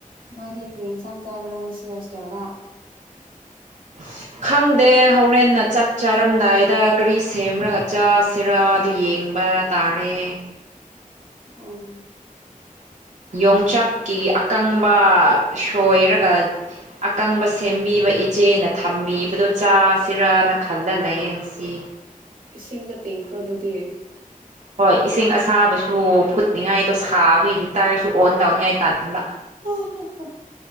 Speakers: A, on the right; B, on the right.
A: ꯅꯣꯏꯗꯤ ꯐ꯭ꯔꯤ ꯆꯝꯆꯥꯥꯒꯔꯥꯡꯁꯤ ꯍꯣꯁꯇꯦꯜꯗ
B: <inaudible> ꯈꯪꯗꯦ ꯍꯣꯔꯦꯟꯅ ꯆꯥꯛ ꯆꯥꯔꯝꯗꯥꯏꯗ ꯀꯔꯤ ꯁꯦꯝꯔꯒ ꯆꯥꯁꯤꯔꯥ ꯑꯗꯨ ꯌꯦꯡ ꯕ ꯇꯥꯔꯦ
A: ꯎꯝ
B: ꯌꯣꯡꯆꯥꯛꯀꯤ ꯑꯀꯪꯕ ꯁꯣꯏꯔꯒ ꯑꯀꯪꯕ ꯁꯦꯝꯕꯤꯕ ꯊ ꯏꯆꯦꯅ ꯊꯝꯕꯤꯕꯗꯣ ꯆꯥꯁꯤꯔꯅ ꯈꯜꯂ ꯂꯥꯏꯌꯦꯡꯁꯤ
A: ꯏꯁꯤꯡꯗ ꯇꯤꯡꯈ꯭ꯔꯗꯨꯗꯤ
B: ꯍꯣꯏ ꯏꯁꯤꯡ ꯑꯁꯥꯕꯁꯨ ꯐꯨꯠꯅꯤꯡꯉꯥꯏꯗꯣ ꯁꯥꯕꯤꯈꯤꯇꯥꯔꯁꯨ ꯑꯣꯟ ꯇꯎꯅꯤꯡꯉꯥꯏ ꯇꯥꯍꯟꯕ
A: ꯍ ꯍ ꯍ